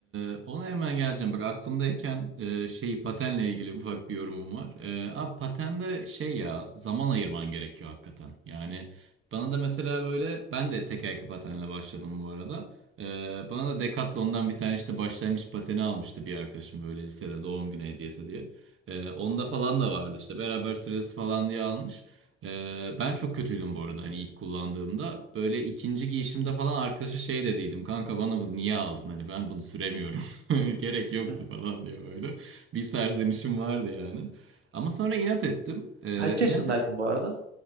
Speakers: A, on the right; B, on the right.
A: e, ona hemen geleceğim. Bak aklımdayken e, şeyi patenle ilgili ufak bir yorumum var. E, abi patende şey ya, zaman ayırman gerekiyor hakikaten. Yani bana da mesela böyle, ben de tekerlekli patenle başladım bu arada. E, bana da Decathlon'dan bir tane işte başlangıç pateni almıştı bir arkadaşım böyle lisede doğum günü hediyesi diye. E, onda falan da vardı işte beraber sırası falan diye almış. Ee, ben çok kötüydüm bu arada hani ilk kullandığımda. Böyle ikinci giyişimde falan arkadaşa şey dediydim. Kanka bana bu niye aldın? Hani ben bunu süremiyorum. <laughs> Gerek yoktu
B: Hı.
A: falan diye böyle. Bir serzenişim vardı yani. Ama sonra inat ettim. Ee,
B: Kaç
A: inat
B: yaşındaydın
A: et
B: bu arada?